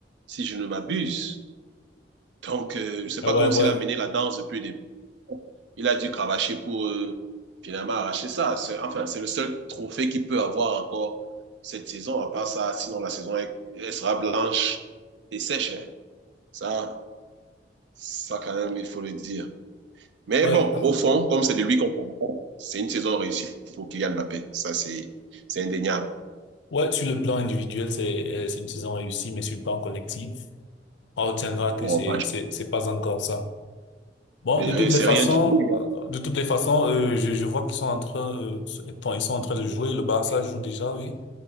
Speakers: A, on the right (about 75°); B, on the left (about 80°).
A: si je ne m'abuse. Donc, euh, c'est
B: Ah
A: pas
B: Ouais,
A: comme
B: ouais,
A: s'il a mené la danse depuis le début. Il a dû cravacher pour euh, finalement arracher ça. Enfin, c'est le seul trophée qu'il peut avoir encore cette saison. À part ça, sinon la saison elle, elle sera blanche et sèche. Hein. Ça, ça quand même, il faut le dire. Mais
B: ouais.
A: bon, au fond, comme c'est de lui qu'on parle, c'est une saison réussie pour Kylian Mbappé. Ça, c'est c'est indéniable.
B: Ouais, sur le plan individuel, c'est, euh, c'est une saison réussie, mais sur le plan collectif, on retiendra que
A: Oh,
B: c'est, c'est, c'est pas encore ça. Bon,
A: c'est
B: de toutes
A: rien c'est
B: les façons,
A: rien du tout.
B: euh, de toutes les façons, euh, je, je vois qu'ils sont en train, euh, bon, ils sont en train de jouer. Le Barça joue déjà, oui.